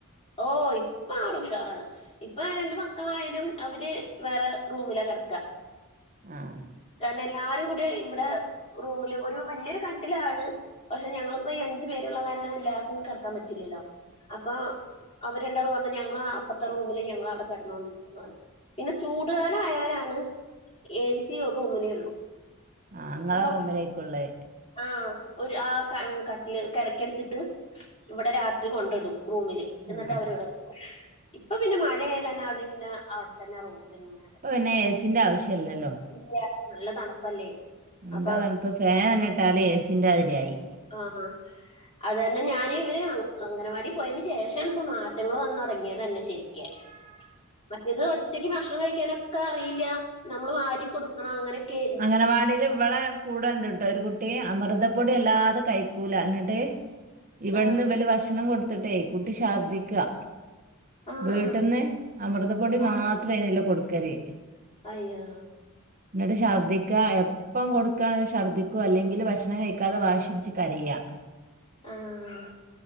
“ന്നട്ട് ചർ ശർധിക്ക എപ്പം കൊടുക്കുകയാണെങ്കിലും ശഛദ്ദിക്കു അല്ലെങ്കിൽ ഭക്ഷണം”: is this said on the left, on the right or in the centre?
Right